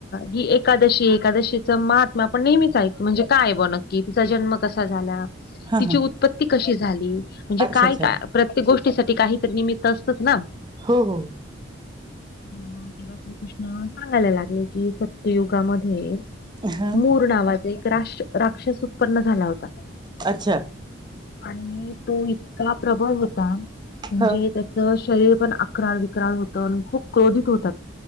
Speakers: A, on the left; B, on the right.
A: ही एकादशी, एकादशी च महात्मा आपण नेहमीच ऐक म्हणजे काय बुवा नक्की? तिचा जन्म कसा झाला?
B: हा
A: तिची
B: हा
A: उत्पत ती कशी झाली? म्हणजे
B: अच्छा
A: काय
B: अच्छा
A: का प्रत्येक गोष्टीसाठी काही तर निमित्त असतंच ना.
B: हो हो
A: मग तेव्हा श्रीकृष्ण सांगायला लागले, कि सत्ययुगामध्ये
B: हा
A: मुर नावाचा एक रा राक्षस उत्पन्न झाला होता.
B: अच्छा!
A: आणि तो इतका प्रबळ होता, म्हणजे
B: ह
A: त्या च शरीर पण अकराळ विक्राळ होत. आणि खूप क्रोधित होता.